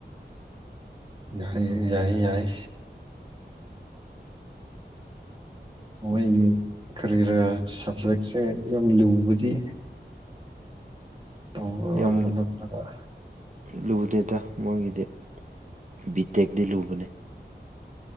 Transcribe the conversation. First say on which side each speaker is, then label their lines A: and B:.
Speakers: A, on the right; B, on the right.
A: ꯅꯍꯩ ꯌꯥꯏ ꯌꯥꯏ ꯃꯣꯏꯒꯤ ꯀꯔꯤꯔ ꯁꯕꯖꯦꯛꯁꯦ ꯌꯥꯝ ꯂꯨꯕꯗꯤ UNINTELLIGIBLE
B: ꯌꯥꯝ ꯂꯨꯗꯦꯗ ꯃꯣꯏꯒꯤꯗꯤ ꯕꯤ ꯇꯦꯛꯇꯤ ꯂꯨꯕꯅꯦ